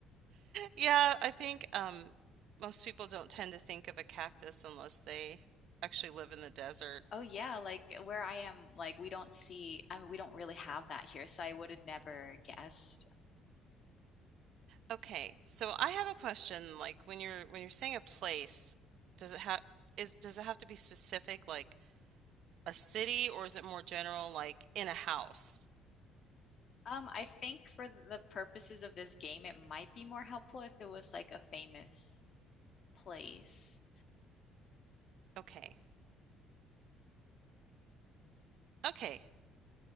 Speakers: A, on the right; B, on the left.
A: Yeah, I think um, most people don't tend to think of a cactus unless they actually live in the desert.
B: Oh yeah, like where I am, like we don't see, I mean, we don't really have that here, so I would have never guessed.
A: Okay, so I have a question. Like when you're when you're saying a place, does it have is does it have to be specific, like a city, or is it more general, like in a house?
B: Um, I think for the purposes of this game, it might be more helpful if it was like a famous place.
A: Okay, okay.